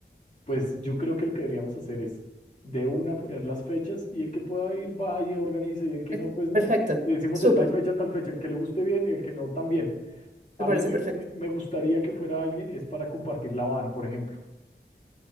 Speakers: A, on the left (about 40°); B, on the right (about 40°).
A: Pues yo creo que lo que deberíamos hacer es de una poner las fechas y el que pueda ir va y organiza y el que
B: Eh,
A: no, pues no.
B: Perfecto,
A: Decimos
B: súper,
A: de tal fecha a tal fecha, el que le guste bien y el que no también. A
B: me parece
A: mí me,
B: perfecto.
A: me- me gustaría que fuera alguien, es para compartir la van, por ejemplo.